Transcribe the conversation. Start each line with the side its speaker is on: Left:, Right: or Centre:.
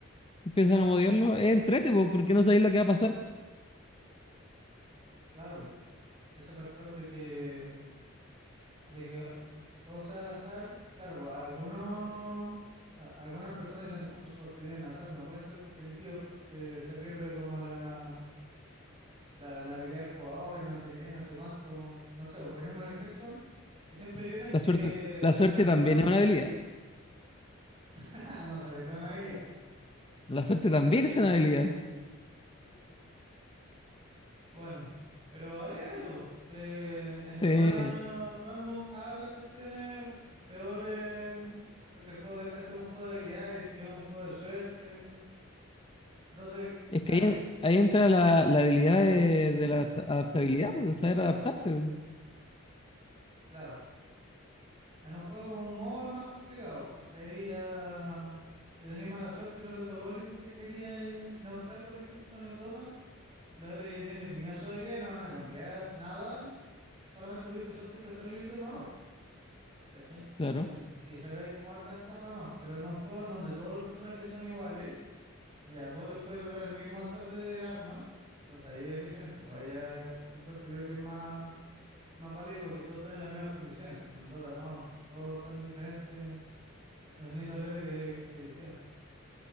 Left: empiezan a modiarlo. Es entrete, po, porque no sabéis lo que va a pasar.
Right: Claro, po, ese factor de que, de que ah, todo sea al azar, claro, po, algunos, a- algunas personas dicen, no, los juegos que tienen azar no pueden ser competitivos porque se pierde como la, la, la habilidad del jugador y no sé qué, no sé cuánto, no sé, po, por ejemplo en el Hearthstone, que siempre lloran
Left: La
Right: que
Left: suerte, la
Right: está
Left: suerte
Right: al azar,
Left: también es una habilidad.
Right: <laughs> no sé si es una habilidad.
Left: La suerte también es una habilidad.
Right: Bueno, pero alegan eso, po, que entre
Left: Sí.
Right: más random hagan las cuestiones, peor es, porque el juego deja de ser un juego de habilidad y se queda un juego de suerte, ¿cachai? Entonces,
Left: Es
Right: claro,
Left: que ahí, ahí entra la, la habilidad de, de la adaptabilidad, porque saber adaptarse. po.
Right: claro, en un juego como un MOBA es más complicado, porque ahí ya, si tenés mala suerte y no te tocó el ítem que querías, y neutral, por ejemplo, en el Dota, los héroes ya tienen definida su habilidad y no van a cambiar nada, solamente tuviste suerte que te salió el ítem o no, ¿cachai?
Left: Claro.
Right: y sacáis como harta ventaja o no, pero en un juego en donde todos los personajes son iguales y a todos les puede tocar el mismo azar de arma, entonces ahí es diferente, pues ahí ya encuentro yo que es más, más válido porque todos están en las mismas condiciones, pues en el Dota no, todos están diferentes dependiendo del héroe que, que eligieron.